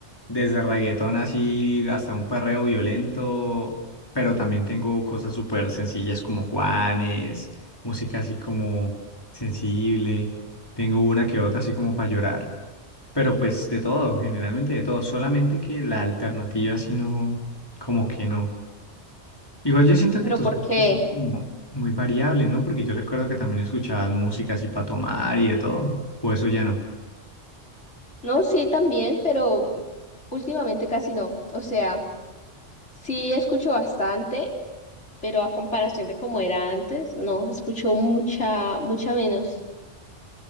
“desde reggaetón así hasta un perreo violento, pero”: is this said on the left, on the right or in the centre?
Left